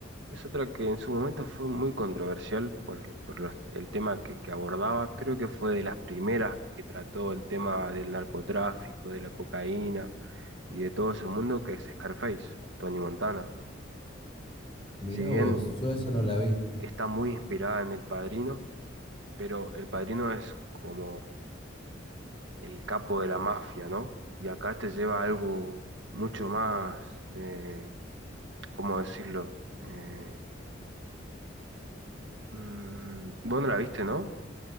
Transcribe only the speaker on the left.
Mirá
vos, yo esa no la vi.